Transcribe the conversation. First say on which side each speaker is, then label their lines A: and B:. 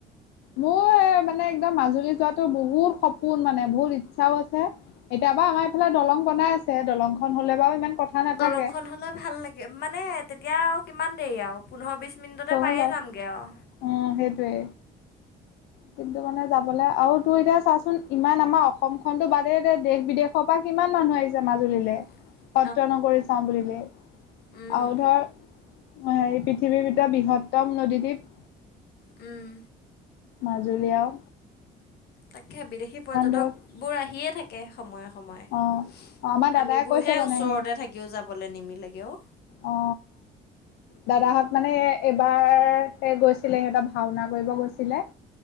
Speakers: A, on the left; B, on the left.
A: মোৰ এ মানে একদম মাজুলী যোৱাতো বহুত সপোন মানে বহুত ইচ্ছাও আছে। এতিয়া বাউ আমাৰ এফালে দলং বনাই আছে দলংখন হ'লে বাউ ইমান কথা নাথাকে।
B: দলংখন হ'লে ভাল লাগে মানে তেতিয়া আৱ কিমান দেৰি আৱ পোন্ধৰ বিছ মিনিটতে
A: চলো
B: পায়ে
A: বাৰ
B: যামগে আৱ।
A: উম সেইটোৱে। কিন্তু মানে যাবলে আউ তো এতিয়া চাচোন ইমান আমাৰ অসম খনটো বাদে দে দেশ বিদেশৰ পৰা কিমান মানুহ আহিছে মাজুলীলে।
B: <unintelligible>
A: সত্ৰ নগৰী চাওঁ বুলিলে।
B: উম
A: আউ ধৰ সেই পৃথিৱীৰ ভিতৰত বৃহত্তম নদী দ্বীপ
B: উম।
A: মাজুলী আৱ।
B: তাকে বিদেশী পৰ্যটক
A: ধৰ
B: বোৰ আহিয়ে থাকে সময়ে স সময়ে,
A: অ' অ' আমাৰ দাদাই
B: আমিবোৰহে
A: কৈছে মানে
B: ওচৰতে
A: সেই
B: থাকিও যাবলে নিমিলেগে অউ।
A: অঁ। দাদাহঁত মানে এবাৰ এ গৈছিলে সিহঁতৰ ভাওনা কৰিব গৈছিলে।